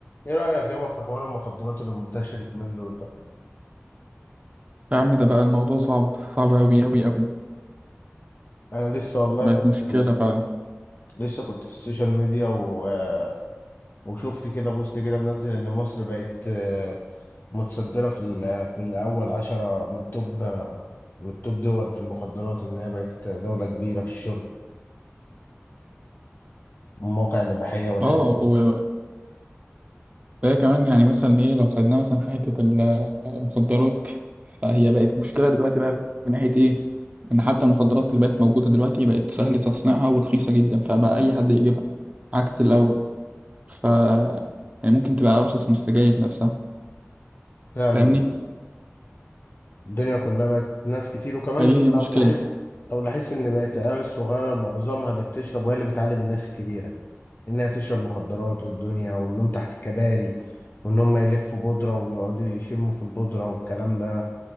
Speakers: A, on the left; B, on the right.
A: ايه رأيك يابا في حوار المخدرات اللي منتشر في من دول ده
B: يا عم ده بقى الموضوع صعب صعب أوي أوي أوي
A: انا لسه والله
B: بقت
A: كنت
B: مشكلة فعلا
A: لسه كنت في السوشيال ميديا و... آه، وشفت كده بوست كده منزل ان مصر بقت آه، متصدرة في ال... من اول عشرة من التوب آه، من التوب دول في المخدرات ان هي بقت دولة كبيرة في الشرب مواقع الإباحية والحاجات
B: اه
A: دي
B: وده كمان يعني مثلا ايه لو خدناها مثلا في حتة المخدرات فهي بقت مشكلة دلوقتي بقى من ناحية ايه ان حتى المخدرات اللي بقت موجودة دلوقتي بقت سهل تصنيعها ورخيصة جدا فبقى أي حد يجيبها عكس الأول ف يعني ممكن تبقى أرخص من السجاير نفسها
A: فعلا
B: فاهمني
A: الدنيا كلها بقت ناس كتير وكمان
B: فدي
A: لو
B: هي مشكلة
A: لاحظت لو لاحظت ان بقت العيال الصغيره معظمها اللي بتشرب وهي اللي بتعلم الناس الكبيره انها تشرب مخدرات والدنيا والنوم تحت الكباري وان هم يلفوا بودره ويقعدوا يشموا في البودره والكلام ده